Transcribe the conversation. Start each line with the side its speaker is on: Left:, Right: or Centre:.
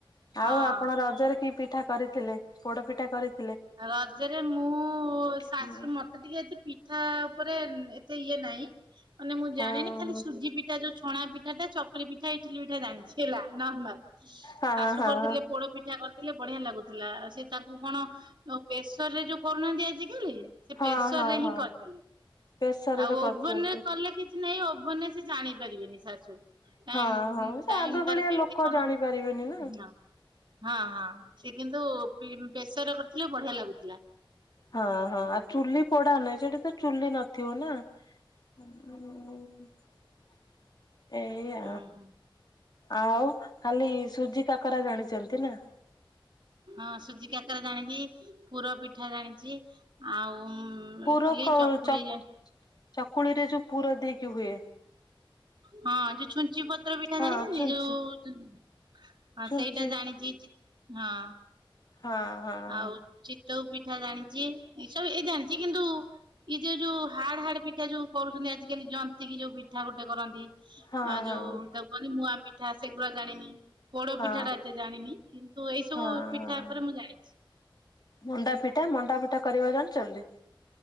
Right: ହଁ
Left: ଆଉ ଆପଣ ରଜରେ କି ପିଠା କରିଥିଲେ ପୋଡପିଠା କରି
Right: ରଜରେ ମୁଁ ଶାଶୁ
Left: ହଁ
Right: ମତେ ଟିକେ ଏ ପି ଠା ଉପରେ ଏତେ ଇଏ ନାଇଁ। ମାନେ ମୁଁ ଜାଣିନି
Left: ହଁ
Right: ଖାଲି ସୁଜି ପିଠା ଯୋଉ ଛଣା ପିଠା ଚକୁଲି ପିଠା ଇଟଲି ପିଠା ଜାଣିଛି ହେଲା ନର୍ମାଲ।
Left: ହଁ
Right: ଶାଶୁ
Left: ହଁ।
Right: କରିଥିଲେ ପୋଡ ପିଠା କରିଥିଲେ ବଢିଆ ଲାଗୁଥିଲା ସେ ତାକୁ କଣ ଆ ପ୍ରେସର ରେ ଯୋଉ କରୁନାହାନ୍ତି ଆଜି କାଲି ସେ
Left: ହଁ
Right: ପ୍ରେସର
Left: ହଁ
Right: ରେ
Left: ହଁ
Right: ହିଁ କରିଥିଲି।
Left: ପ୍ରେସରରେ
Right: ଆଉ ଓଭେନ
Left: କରୁଛନ୍ତି।
Right: ରେ କଲେ କିଛି ନାହିଁ ଓଭେନ ରେ ସେ ଜାଣିପାରିବେନି ଶାଶୁ। ଟାଇମି
Left: ହଁ ହଁ ସେ
Right: ଟାଇମି
Left: ଆଗ କାଳିଆ
Right: ତାର କେମିତି
Left: ଲୋକ
Right: କଣ
Left: ଜାଣି ପାରିବେନି ନା
Right: ହଁ। ହଁ ହଁ ସେ କିନ୍ତୁ ପି ପ୍ରେସର କରିଥିଲେ ବଢିଆ ଲାଗୁଥିଲା।
Left: ହଁ ହଁ ଆଉ ଚୁଲି ପୋଡା ନାହିଁ ସେଠି ତ ଚୁଲି ନଥିବ ନା <unintelligible> ଏଇଆ
Right: ହୁଁ ହୁଁ।
Left: ଆଉ ଖାଲି ସୁଜି କାକରା ଜାଣିଚନ୍ତି। <unintelligible>
Right: ହଁ ସୁଜି କାକରେ ଜାଣିଚି ପୁର ପିଠା ଜାଣିଚି ଆଉ
Left: ପୁର
Right: ଇଟଲି
Left: କଣ
Right: ଚକୁଳି
Left: ଚ
Right: ଜା
Left: ଚକୁଳି ରେ ଯୋଉ ପୁର ଦେଇକି ହୁଏ।
Right: ହଁ ଯେ ଛୁଞ୍ଚି ପ ପତ୍ର ପିଠା
Left: ହଁ
Right: ଜାଣିଚନ୍ତି
Left: ଛୁଞ୍ଚି
Right: ଯୋଉ ହ
Left: ଛୁଞ୍ଚି
Right: ସେଇଟା ଜାଣିଚି ହଁ।
Left: ହଁ। ହଁ
Right: ଆଉ ଚିତଉ ପିଠା ଜାଣିଚି ଏସବୁ ଏ ଜାଣିଚି କିନ୍ତୁ କି ସେ ଯୋଉ ହାଡ ହାର୍ଡ ପିଠା ଯୋଉ କରୁଚନ୍ତି ଆଜିକାଲି ଜନ୍ତି କିି ଯୋଉ ପିଠା ଗୋଟେ କରନ୍ତି।
Left: ହଁ
Right: ଆ
Left: ହଁ
Right: ଯୋଉ
Left: ହଁ
Right: ତାକୁ କହନି ମୁଆଁ ପିଠା ସେଗୁଡା ଜାଣିନି। ପୋଡ
Left: ହଁ
Right: ପିଠା ଟା ଏତେ ଜାଣିନି କିନ୍ତୁ ଏଇ ସବୁ
Left: ହଁ
Right: ପିଠା
Left: ହଁ।
Right: ଉପରେ ମୁଁ ଜାଣିଚି।
Left: ମଣ୍ଡା ପିଠା ମଣ୍ଡା ପିଠା କରିବା ଜାଣିଚନ୍ତି?